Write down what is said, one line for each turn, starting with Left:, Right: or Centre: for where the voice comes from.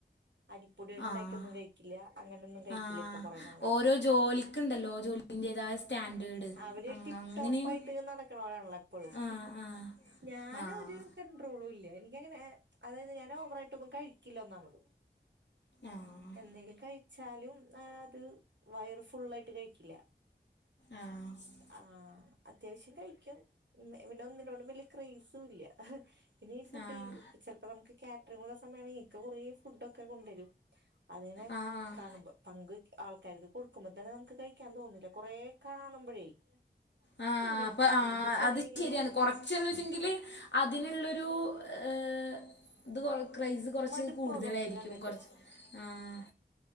Right: അരിപ്പൊടികൊണ്ടുണ്ടാക്കിയ
Left: ആഹ്
Right: ഒന്നും കഴിക്കില്ല അങ്ങനെയൊന്നും കഴി
Left: ആഹ്
Right: ക്കില്ല ഇപ്പൊ കുറ നാളായിട്ട്
Left: ഓരോ ജോലിക്കുണ്ടല്ലോ ജോലിൻ്റേതായ സ്റ്റാൻഡേർഡ്
Right: അവര്
Left: അങ്ങ
Right: ടിപ്പ്
Left: അങ്ങനെയും
Right: ടോപ്പയിട്ട് നട ക്കരാണല്ല എപ്പോഴും
Left: ആഹ് ആഹ്
Right: ഞാന്
Left: ആഹ്
Right: ഒരു കണ്ട്രോളുംല്ല എനിക്കങ്ങനെ അതായത് ഞാൻ ഓവറായി ട്ടൊന്നും കഴിക്കില്ലാന്നാമത്
Left: ആഹ്
Right: എന്തെങ്കിലും കഴിച്ചാലും അത് വയർ ഫുള്ളായിട്ട് കഴിക്കില്ല
Left: ആഹ്
Right: ആഹ് അത്യാവശ്യം കഴിക്കും പിന്നെ ഒന്നിനോടും വല്യ ക്രൈസുംല്ല പിന്നെ ഈ ഫുഡ്
Left: ആഹ്
Right: ഏൽപ്പിചെലപ്പം നമുക്ക് കാറ്ററിംഗ് ഉള്ള സമയണ ഇക്ക കുറേ ഫുഡ് ഒക്കെ കൊണ്ടരും അതിനെ
Left: ആഹ് ആഹ്
Right: കാണുമ്പോ പങ്ക് ആൾക്കാർക്ക് കൊടുക്കുമ്പ തന്നെ നമുക്ക് കഴിക്കാൻ തോന്നുന്നില്ല കുറേ കാണുമ്പോഴേ <inaudible>
Left: ആ
Right: കഴിക്കും
Left: അപ്പൊ ആ
Right: എനിക്ക് ചെറിയ
Left: അത്
Right: ഇങ്ങനെ
Left: ശരിയാണ് കൊറ ച്ചുള്ളൂചെങ്കില് അതിനുള്ളൊരു ഏഹ് ഇത് ക്രൈസ് കുറച്ച്
Right: മടുപ്പാവും
Left: കൂടുതലായിരിക്കും
Right: നമുക്ക് കണ്ടിട്ട്
Left: കുറച്ച് ആഹ്